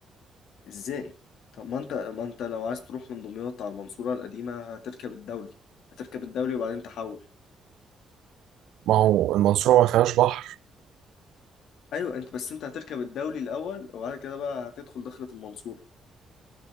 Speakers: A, on the left; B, on the right.
A: ازاي طب ما انت ما انت لو عايز تروح من دمياط على المنصورة القديمة هتركب الدولي هتركب الدولي وبعدين تحول
B: ما هو المنصورة ما فيهاش بحر
A: ايوه انت بس انت هتركب الدولي الاول وبعد كده بقى هتدخل دخلة المنصورة